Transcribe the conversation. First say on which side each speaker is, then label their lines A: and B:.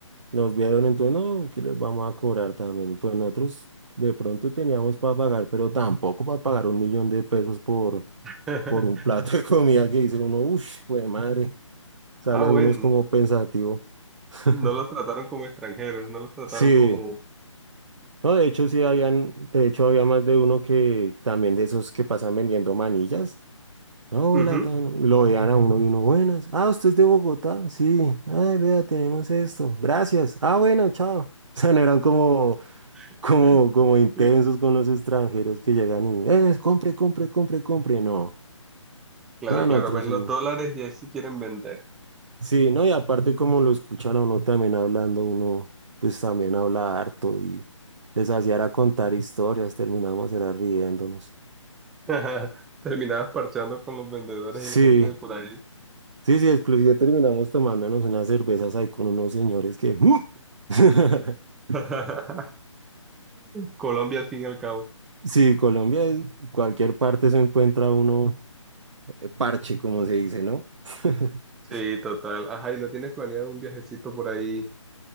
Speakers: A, on the right; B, in the centre.
A: Nos vieron, entonces, no, que les vamos a cobrar también, pues nosotros de pronto teníamos para pagar, pero tampoco para pagar un millón de pesos por
B: <laughs>
A: por un plato de comida que dice uno, uff, güey, madre, sale
B: Ah, bueno,
A: uno es como pensativo. <laughs>
B: no los trataron como extranjeros, no los trataron
A: Sí,
B: como...
A: no, de hecho sí habían, de hecho había más de uno que también de esos que pasan vendiendo manillas. Hola,
B: Ujú.
A: tan- lo veían a uno y uno, buenas. Ah, usted es de Bogotá, sí. Ay, vea, tenemos esto. Gracias. Ah, bueno, chao. <laughs> O sea, no eran como,
B: <laughs>
A: como, como intensos con los extranjeros que llegan y, eh, compre, compre, compre, compre. No,
B: Claro,
A: no, nosotros
B: claro, ven
A: sí.
B: los dólares y ahí sí quieren vender.
A: Sí, no, y aparte como lo escuchan a uno también hablando, uno pues también habla harto y les hacía era contar historias, terminamos era riéndonos.
B: <laughs> Terminabas parchando con los vendedores
A: Sí,
B: y la gente de por ahí.
A: sí, sí, inclusive terminamos tomándonos unas cervezas ahí con unos señores que... ¡mm! <laughs>
B: <laughs> Colombia al fin y al cabo.
A: Sí, Colombia, en cualquier parte se encuentra uno eh, parche, como se dice, ¿no? <laughs>
B: Sí, total. Ajá, ¿y no tienes planeado un viajecito por ahí